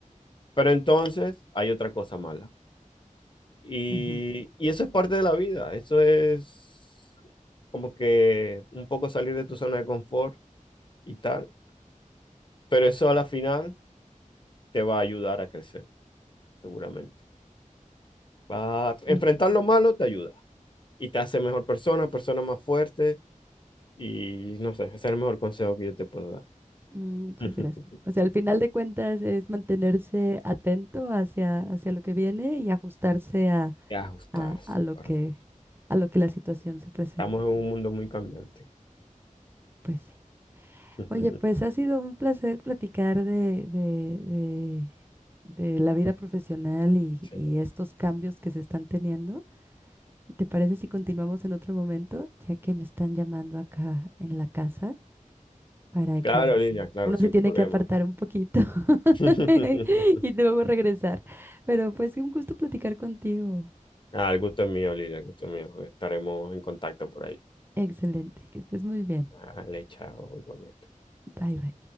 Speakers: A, on the left; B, on the right.
A: pero entonces hay otra cosa mala. Y,
B: ujú,
A: y eso es parte de la vida, eso es como que un poco salir de tu zona de confort y tal, pero eso a la final te va a ayudar a crecer, seguramente. Va a
B: eh,
A: enfrentar lo malo te ayuda y te hace mejor persona, persona más fuerte y no sé, ese es el mejor consejo que yo te puedo dar.
B: mm, Muchas
A: <laughs>
B: gracias. O sea, al final de cuentas es mantenerse atento hacia, hacia lo que viene y ajustarse a,
A: Y ajustarse,
B: a, a lo
A: correcto.
B: que, a lo que la situación se presente.
A: Estamos en un mundo muy cambiante.
B: Pues sí.
A: <laughs>
B: Oye, pues ha sido un placer platicar de, de, de la vida profesional y,
A: Sí.
B: y estos cambios que se están teniendo. ¿Te parece si continuamos en otro momento, ya que me están llamando acá en la casa para
A: Claro,
B: que
A: Lidia, claro,
B: uno
A: sin
B: se tiene
A: problema.
B: que apartar un poquito
A: <laughs>
B: <laughs> y luego regresar? Pero pues un gusto platicar contigo.
A: Ah, el gusto es mío, Lidia, el gusto es mío. Estaremos en contacto por ahí.
B: Excelente, que estés muy bien.
A: Dale, chao, igualmente.
B: Bye bye.